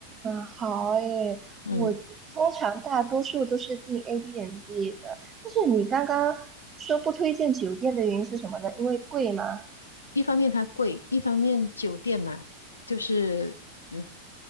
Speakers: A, on the right; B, on the left.
A: 好诶，
B: 嗯。
A: 我通常大多数都是订 a b n b 的，但是你刚刚说不推荐酒店的原因是什么呢？因为贵吗？
B: 一方面它贵，一方面酒店嘛，就是嗯，